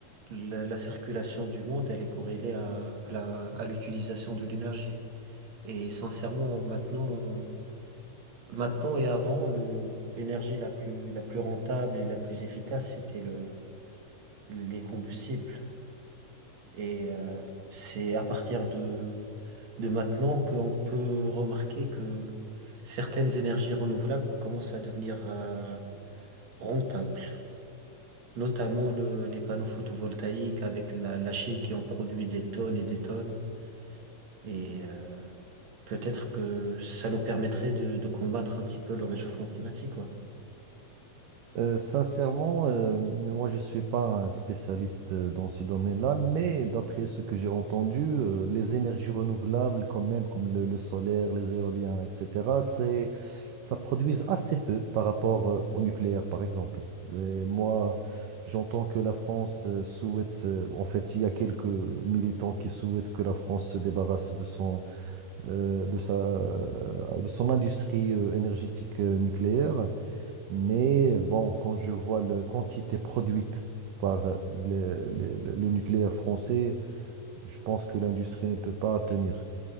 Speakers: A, on the right; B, on the right.
A: La, la circulation du monde, elle est corrélée à, à la, à l'utilisation de l'énergie. Et sincèrement, maintenant, maintenant et avant, le, l'énergie la plus, la plus rentable et la plus efficace, c'était le, les combustibles. Et euh, c'est à partir de de maintenant qu'on peut remarquer que certaines énergies renouvelables commencent à devenir euh, rentables, notamment le- les panneaux photovoltaïques avec la, la Chine qui en produit des tonnes et des tonnes. Et euh, peut-être que ça nous permettrait de, de combattre un petit peu le réchauffement climatique, quoi.
B: Euh, sincèrement, euh, moi je suis pas un spécialiste euh, dans ce domaine-là, mais d'après ce que j'ai entendu, euh, les énergies renouvelables quand même, comme le, le solaire, les éoliens, etc., c'est, ça produise assez peu par rapport euh, au nucléaire, par exemple. Et moi, j'entends que la France euh, souhaite, euh, en fait, il y a quelques militants qui souhaitent que la France se débarrasse de son, euh, de sa, euh, de son industrie euh, énergétique euh, nucléaire. Mais bon, quand je vois la quantité produite par euh, le, le- le- le nucléaire français, je pense que l'industrie ne peut pas tenir.